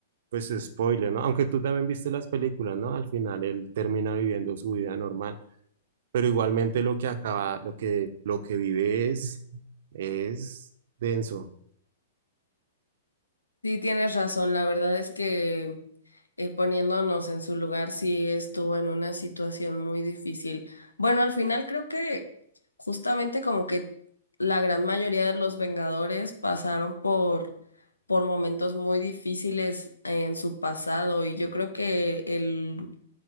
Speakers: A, on the right; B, on the left.
A: pues, spoiler, ¿no? Aunque tú también viste las películas, ¿no? Al final él termina viviendo su vida normal, pero igualmente lo que acaba, lo que, lo que vive es, es denso.
B: Sí, tienes razón. La verdad es que eh, poniéndonos en su lugar, sí estuvo en una situación muy difícil. Bueno, al final creo que justamente como que la gran mayoría de los Vengadores pasaron por, por momentos muy difíciles en su pasado y yo creo que el,